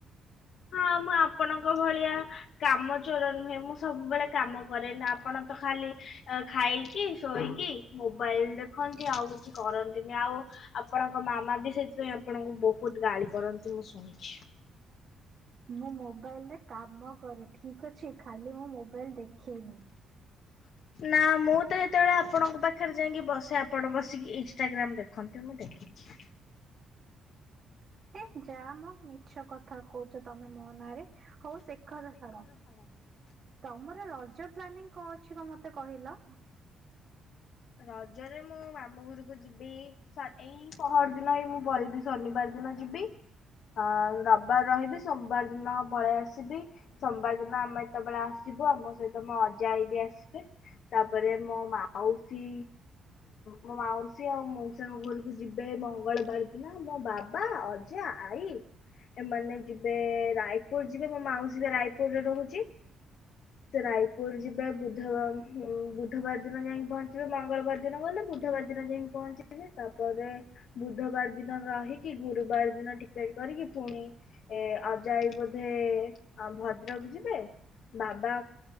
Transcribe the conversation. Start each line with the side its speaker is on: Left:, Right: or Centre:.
Left: ହଁ ମୁଁ ଆପଣଙ୍କ ଭଳିଆ କାମ ଚୋର ନୁହେଁ, ମୁଁ ସବୁବେଳେ କାମ କରେ ଆପଣ ତ ଖାଲି ଖାଇକି ଶୋଇକି ମୋବାଇଲ ଦେଖନ୍ତି ଆଉ କିଛି କରନ୍ତିନି, ଆଉ ଆପଣଙ୍କ ମାମା ବି ସେଥିପାଇଁ ଆପଣଙ୍କୁ ବହୁତ ଗାଳି କରନ୍ତି ମୁଁ ଶୁଣିଛି।
Right: ମୁଁ ମୋବାଇଲରେ କାମ କରେ ଠିକି ଅଛି ଖାଲି ମୁଁ ମୋବାଇଲ ଦେଖେନି।
Left: ନା ମୁଁ ତ ଯେତେବେଳେ ଆପଣଙ୍କ ପାଖରେ ଯାଇକି ବସେ ଆପଣ ବସିକି ଇନଷ୍ଟାଗ୍ରାମ ଦେଖନ୍ତି, ମୁଁ ଦେ ଦେଖିଚି।
Right: ହେ ଯା ମ ମିଛ କଥା କହୁଛ ତମେ ମୋ ନାରେ ହଉ। ସେ କଥା ଛାଡ, ତମର ରଜ ପ୍ଲାନିଂ କଁ ଅଛି କ ମତେ କହିଲ?
Left: ରଜରେ ମୁଁ ମାମୁଘର ମୁଁ ଯିବି ଶନି ଏଇ ପହର ଦିନ ହେଇ ମୁଁ ପହିଲି ଶନିବାର ଦିନ ଯିବି। ହଃ ରବିବାର ରହିବି ସୋମବାର ଦିନ ପଳି ଆସିବି। ସୋମବାର ଦିନ ଆମେ ଯେତେବେଳେ ଆସିବୁ ଆମ ସହିତ ମୋ ଅଜା ଆଈ ବି ଆସିବେ। ତାପରେ ମୋ ମାଉସୀ ମୋ ମାଉସୀ ଆଉ ମଉସା ଙ୍କ ଘରୁ କୁ ଯିବେ ମଙ୍ଗଳବାର ଦିନ ମୋ ବାବା ଅଜା ଆଈ। ଏମାନେ ଯିବେ ରାୟପୁରୁ ଯିବେ ମୋ ମାଉସୀ ବା ରାୟପୁରରେ ରହୁଛି। ସେ ରାୟପୁରୁ ଯିବେ ବୁଧ ବୁଧବାର ଦିନ ଯାଇ କି ପହଞ୍ଚି ଯିବେ ମଙ୍ଗଳବାର ଦିନ ଗଲେ ବୁଧବାର ଦିନ ଯାଇକି ପହଞ୍ଚିବେ ତାପରେ ବୁଧବାର ଦିନ ରହିକି ଗୁରୁବାର ଦିନ ଟିକେଟ କରିକି ପୁଣି ଏ ଅଜା ଆଈ ବୋଧେ ଭଦ୍ରକ ଯିବେ ବାବା